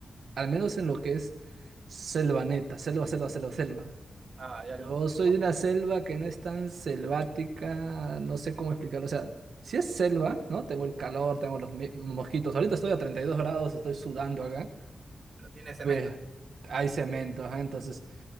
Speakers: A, on the right; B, on the right.
A: al menos en lo que es selva neta, selva, selva, selva, selva.
B: Ah, allá
A: Yo
B: en el
A: soy
B: monte,
A: de una selva que no es tan selvática, no sé cómo explicarlo. O sea, si es selva, ¿no? Tengo el calor, tengo los mi- mosquitos. Ahorita estoy a 32 grados, estoy sudando acá.
B: pero tiene cemento.
A: Ve, hay cemento, ajá, entonces